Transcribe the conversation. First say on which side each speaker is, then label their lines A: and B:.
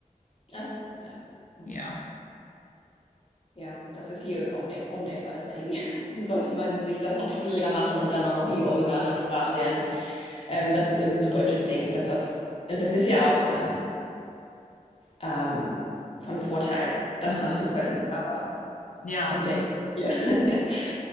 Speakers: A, on the left (about 45°); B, on the left (about 70°).
A: Achso, ja, na
B: Ja.
A: gut. Ja, das ist hier auch denk undenkbar, dass man irgendwie, <laughs> sollte man sich das noch schwieriger machen und dann auch noch Bio in einer anderen Sprache lernen. Ähm, das ist irgendwie so ein deutsches Denken, dass das, und das ist ja auch ähm, ähm, von Vorteil, das
B: Mhm.
A: dann zu können. Aber
B: Ja.
A: Und denkt, ja. <laughs>